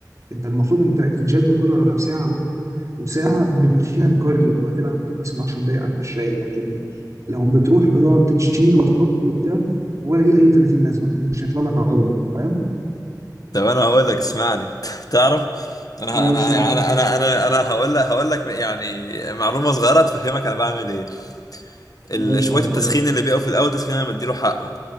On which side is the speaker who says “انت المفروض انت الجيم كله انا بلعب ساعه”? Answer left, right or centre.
Right